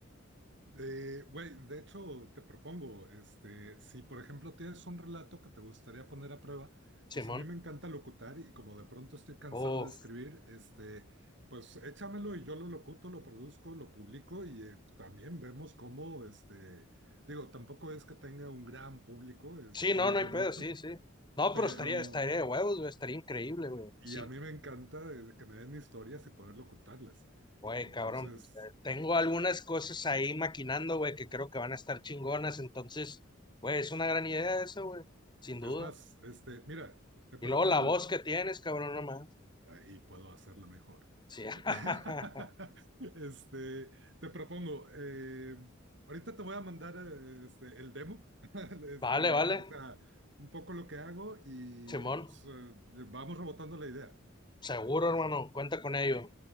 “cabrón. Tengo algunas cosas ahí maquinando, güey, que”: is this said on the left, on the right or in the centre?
Left